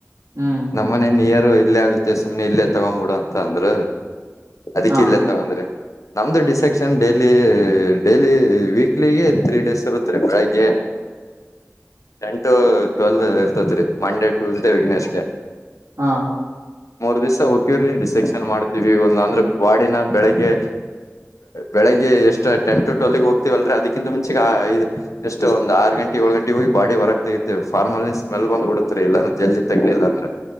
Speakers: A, on the right; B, on the left.
A: ಹ್ಮ್
B: ನಮ್ಮನೆ ನಿಯರು ಇಲ್ಲೇ ಆಗುತ್ತೆ ಸುಮ್ಮನೆ ಇಲ್ಲೇ ತಗೊ್ಬಿಡುಂತ ತಂದ್ರ ಅದಕ್ಕ
A: ಹಾ
B: ಇಲ್ಲ ತಗಂದ್ರಿ ನಮ್ದು ಡಿಸೆಕ್ಷನ್ ಡೈಲಿ ಡೈಲಿ ವೀಕ್ಲಿಗೆ ತ್ರೀ ಡೇಸ್ ಇರುತ್ತ ರೀ ಬೆಳಗೆ ಟೆನ್ ಟು ಟ್ವೆಲ್ ಇರ್ತತ್ ರರಿ ಮಂಡೇ ಟೂ ೇ ವಿಘ್ನೇಶ್ ಡೆ
A: ಹಾ
B: ಮೂರ್ ದಿವ್ಸ ಹೋಗಕಿವ್ರ ಸೆಕ್ಷನ್ ಮಾಡ್ತವಿ ಒಂದು ಅಂದ್ರೆ ಬಾಡಿನ ಬೆಳಗ್ಗೆ ಬೆಳಗ್ಗೆ ಎಷ್ಟ ಟೆನ್ ಟು ಟ್ಲ್ ಹೋಗ್ತವಲ್ರಿ ಅದಕ್ಕಿಂತ ಮುಂಚೆದು ಎಷ್ಟು ಒಂದು ಆರು ಗಂಟೆ ಏಳು ಗಂಟೆ ಹೋಗಿ ಬಾಡಿರಗ್ತ ಫಾರ್ಮಲ್ ಸ್ಮೆಲ್ ಬಂದು ಬಿಡತಾರೆ ಇಲ್ಲ ಜಲ್ಜಿ ತಗ ಇಿಲ್ಲ ಅಂದ್ರೆ